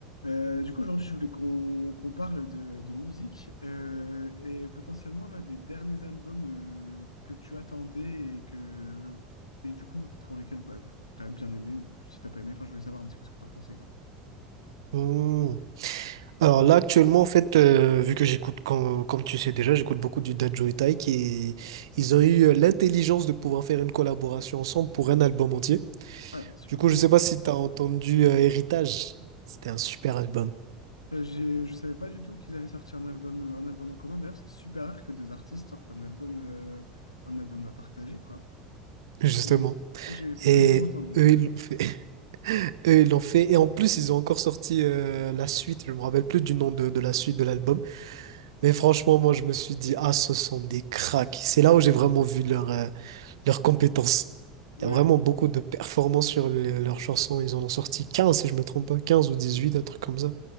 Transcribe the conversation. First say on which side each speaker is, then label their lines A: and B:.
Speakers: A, on the left; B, on the right.
A: Euh, du coup, aujourd'hui, je voulais qu'on qu'on parle de, de musique euh, et potentiellement là, des derniers albums euh, que tu attendais et, que, et du coup pour lesquels bah, tu as bien aimé ou si t'as pas aimé. Enfin, je voulais savoir un petit peu ce que tu en pensais, quoi.
B: Hmm. Alors là, actuellement, en fait, euh, vu que j'écoute, comme, comme tu sais déjà, j'écoute beaucoup du Dadju et Taïk et ils ont eu euh, l'intelligence de pouvoir faire une collaboration ensemble pour un album entier.
A: Ah, sur
B: Du
A: l'album
B: coup, je sais pas si tu as entendu euh, Héritage. C'était un super album,
A: Euh, j'ai- je savais pas du tout qu'ils avaient sorti un album, euh, un album en commun. D'ailleurs, c'est super rare que deux artistes sortent un album, euh, un album à partager, quoi.
B: justement.
A: Et j'ai pas
B: Et
A: du tout entendu.
B: eux, ils l'ont fait. <laughs> Eux, ils l'ont fait. Et en plus, ils ont encore sorti euh, la suite. Je me rappelle plus du nom de, de la suite de l'album. Mais franchement, moi, je me suis dit, ah, ce sont des cracks. C'est là où j'ai vraiment vu leur, euh, leurs compétences.
A: Ouais.
B: Il y a vraiment beaucoup de performances sur le- leurs chansons. Ils en ont sorti 15 si je me trompe pas, 15 ou 18 un truc comme ça.